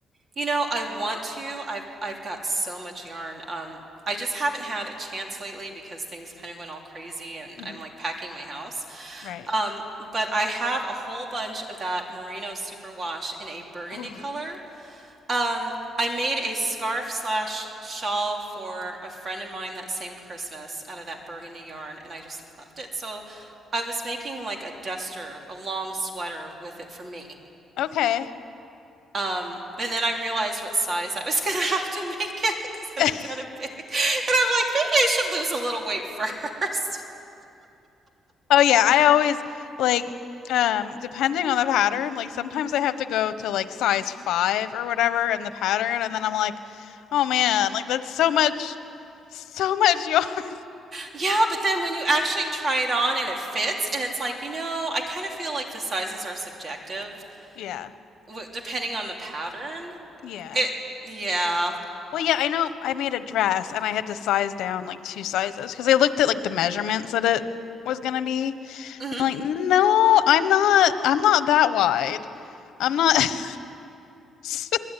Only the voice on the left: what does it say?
hmm
Right.
Oh,
okay.
<laughs>
Oh yeah, I always like um depending on the pattern, like sometimes I have to go to like size five or whatever in the pattern and then I'm like, oh man, like that's so much so much yarn. <laughs>
Yeah.
Yeah.
Well, yeah, I know I made a dress and I had to size down like two sizes because I looked at like the measurements that it was gonna be.
I'm like, no, I'm not I'm not that wide. I'm not <laughs> <laughs> So